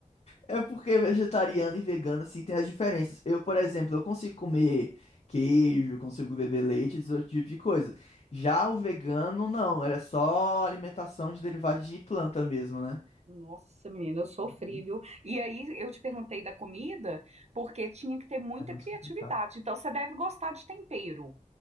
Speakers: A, on the left (about 50°); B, on the right (about 50°).
A: É porque é vegetariano e vegano, assim, tem as diferenças. Eu, por exemplo, eu consigo comer queijo, consigo beber leite, esse outro tipo de coisa. Já o vegano, não. Era só alimentação de derivados de planta mesmo, né?
B: Nossa, menina, eu sofri,
A: Uhum.
B: viu? E aí eu te perguntei da comida, porque tinha que ter muita
A: É mais
B: criatividade.
A: complicado.
B: Então você deve gostar de tempero.